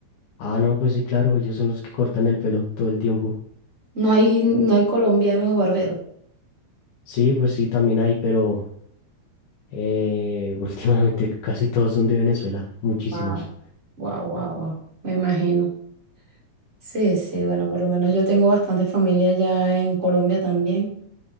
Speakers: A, on the left; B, on the right.
A: Ah, no, pues sí, claro, ellos son los que cortan el pelo todo el tiempo.
B: No hay, no hay colombianos barberos.
A: Sí, pues sí, también hay, pero eh, <laughs> últimamente casi todos son de Venezuela, muchísimos.
B: Wow, wow, wow, wow. Me imagino. Sí, sí, bueno, por lo menos yo tengo bastante familia ya en Colombia también,